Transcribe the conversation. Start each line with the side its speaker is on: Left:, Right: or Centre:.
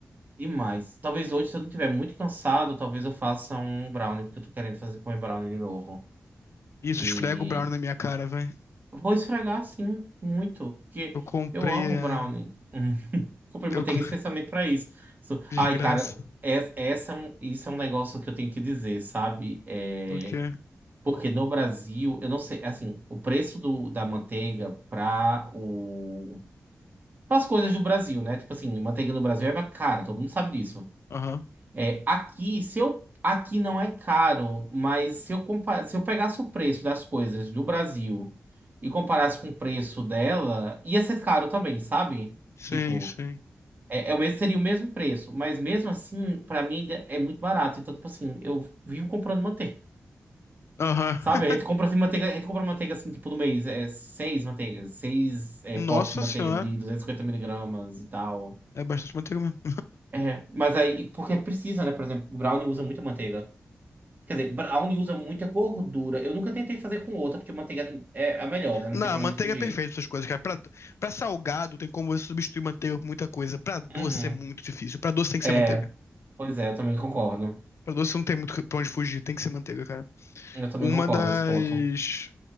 Right: Demais. Talvez hoje, se eu não estiver muito cansado, talvez eu faça um brownie, porque eu tô querendo fazer comer brownie de novo.
Left: Isso,
Right: E
Left: esfrega o brownie na minha cara, vai.
Right: vou esfregar, sim, muito. Porque
Left: Eu comprei
Right: eu amo
Left: a.
Right: brownie. <laughs> Comprei
Left: Eu...
Right: manteiga
Left: co-
Right: especialmente pra isso. So-
Left: <laughs> Desgraça.
Right: Ai, cara, es- essa é um- isso é um negócio que eu tenho que dizer, sabe? É...
Left: O quê?
Right: Porque no Brasil, eu não sei, assim, o preço do, da manteiga pra o... as coisas do Brasil, né? Tipo assim, manteiga no Brasil é mais cara, todo mundo sabe disso.
Left: Aham.
Right: É, aqui, se eu, aqui não é caro, mas se eu, compa- se eu pegasse o preço das coisas do Brasil e comparasse com o preço dela, ia ser caro também, sabe?
Left: Sim,
Right: Tipo,
Left: sim.
Right: é, é o mesmo, seria o mesmo preço, mas mesmo assim, pra mim ainda é muito barato. Então, tipo assim, eu vivo comprando manteiga,
Left: Aham.
Right: sabe?
Left: <laughs>
Right: A gente compra assim, manteiga, a gente compra manteiga assim, tipo, no mês, é seis manteigas, seis é,
Left: Nossa
Right: potes de manteiga
Left: senhora.
Right: de 250 miligramas e tal.
Left: É bastante manteiga mesmo.
Right: É, mas aí, porque precisa, né? Por exemplo, o brownie usa muita manteiga. Quer dizer, brownie usa muita gordura. Eu nunca tentei fazer com outra, porque manteiga é a melhor, né? Não
Left: Não,
Right: tem pra
Left: manteiga
Right: onde fugir.
Left: é perfeita essas coisas, cara. Pra, pra salgado tem como você substituir manteiga por muita coisa. Pra doce
Right: Uhum.
Left: é muito difícil. Pra doce tem que
Right: É,
Left: ser manteiga.
Right: pois é, eu também concordo.
Left: Pra doce não tem muito pra onde fugir, tem que ser manteiga, cara.
Right: Eu também
Left: Uma
Right: concordo
Left: das.
Right: nesse ponto.